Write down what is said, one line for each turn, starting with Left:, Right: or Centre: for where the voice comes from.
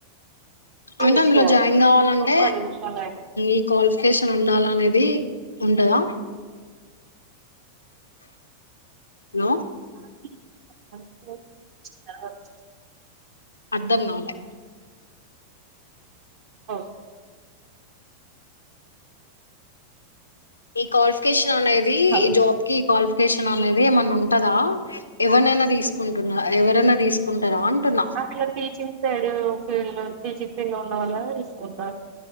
Right: చూసుకో
Left: అంటే అందులో జాయిన్ కావాలంటే
Right: ఒక్క నిమిషం ఆగు.
Left: ఈ క్వాలిఫికేషన్ ఉండాల అనేది ఉండదా హలో
Right: <inaudible>
Left: అర్ధం కాలె
Right: ఓకే
Left: ఈ క్వాలిఫికేషన్ అనేది
Right: హలో
Left: జాబ్ కి క్వాలిఫికేషన్ అనేది ఏమన్నా ఉంటదా, ఎవరినైనా తీసుకుంటున్న ఎవరైనా తీసుకుంటారా అంటున్నా
Right: అట్లా టీచింగ్ సైడ్ ఫీల్డ్ లో టీచింగ్ <unintelligible> ఉన్న వాళ్ళనె తీసుకుంటారు